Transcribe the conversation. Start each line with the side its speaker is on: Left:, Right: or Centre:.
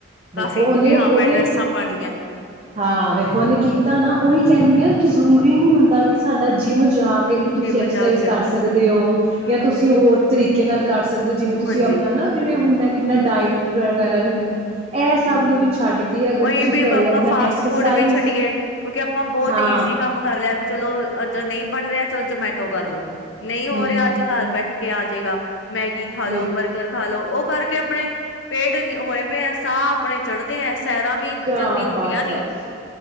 Left: ਕਾਫੀ
Right: ਦੇਖੋ, ਉਹਨੇ
Left: ਵੀ ਹਾਂ
Right: ਉਹਦੇ
Left: ਮੈਂ ਡਰੈਸਾਂ ਪਾਣੀਆਂ
Right: ਹਾਂ ਵੇਖੋ ਉਹਨੇ ਕੀਤਾ ਨਾ ਉਹੀ ਕਹਿੰਨੀ
Left: ਹੂੰ
Right: ਹਾਂ ਕਿ ਜ਼ਰੂਰੀ ਨਹੀਂ ਹੁੰਦਾ ਕਿ ਸਾਡਾ ਜਿੰਮ ਜਾ ਕੇ ਹੀ ਤੁਸੀਂ
Left: ਜਿਮ
Right: ਐਕਸਰਸਾਈਜ਼
Left: ਜਾ ਕੇ ਆ।
Right: ਕਰ ਸਕਦੇ ਹੋ
Left: ਹੂੰ
Right: ਜਾਂ ਤੁਸੀਂ ਹੋਰ ਤਰੀਕੇ <unintelligible> ਕਟ ਸਕਦੇ ਹੋ ਜਿਵੇਂ ਤੁਸੀਂ
Left: ਹਾਂਜੀ
Right: ਆਪਣਾ ਨਾ ਜਿਵੇਂ ਹੁੰਦਾ ਕਿੰਨਾ ਡਾਇਟ ਬਰਾ ਵਗੈਰਾ ਵੀ ਹੁੰਦਾ ਇਹ ਸਭ
Left: ਹਮ
Right: ਨੂੰ ਵੀ ਛੱਡ ਕੇ ਅਗਰ
Left: ਉਹੀ
Right: ਤੁਸੀਂ
Left: ਵੀਾਂ
Right: ਘਰੇ ਆਪਣਾ
Left: ਫਾਸਟ
Right: ਐਕਸਰਸਾਈਜ਼
Left: ਫੂਡ ਵੀ ਛੱਡੀਏ ਕਿਉਂਕਿ ਆਪਾਂ ਬਹੁਤ
Right: ਹਾਂ
Left: ਈਜ਼ੀ ਕੰਮ ਕਰ ਲਿਆ ਵੀ ਚਲੋ ਅੰ ਨਹੀਂ ਬਣ ਰਿਹਾ ਚੱਲ ਜਮੈਟੋ ਕਰਲੋ ਨਹੀਂ ਹੋ
Right: ਹਮ
Left: ਰਿਹਾ ਅੱਜ ਘਰ ਬੈਠੇ ਕੇ ਆ ਜਾੇਗਾ ਮੈਗੀ ਖਾ ਲ
Right: ਬਿਲਕੁਲ
Left: ਲੋ ਬਰਗਰ ਖਾ ਲ ਲੋਓ ਕਰਕੇ ਆਪਣੇ ਪੇਟ ਹੋਏ ਪਏ ਹੈ ਸਾਹ ਆਪਣੇ ਚੜ੍ਹਦੇ ਹੈ ਸੈਰਾਂ ਵੀ ਜਲਦੀ
Right: ਚ
Left: ਹੁੰਦੀਆਂ
Right: ਬਸ
Left: ਨੀ
Right: ਬਸ